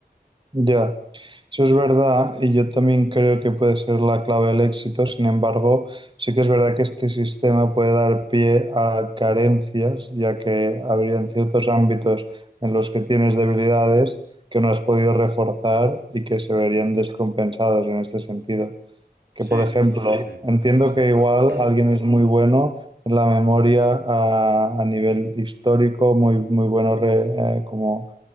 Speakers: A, on the right; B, on the right.
A: ya, eso es verdad y yo también creo que puede ser la clave del éxito. Sin embargo, sí que es verdad que este sistema puede dar pie a carencias, ya que habrían ciertos ámbitos en los que tienes debilidades que no has podido reforzar y que se verían descompensados en este sentido.
B: Sí,
A: que, por ejemplo,
B: sí, sí,
A: entiendo
B: puede ser.
A: que igual
B: <clears throat>
A: alguien es muy bueno en la memoria a, a nivel histórico, muy, muy bueno re- eh, como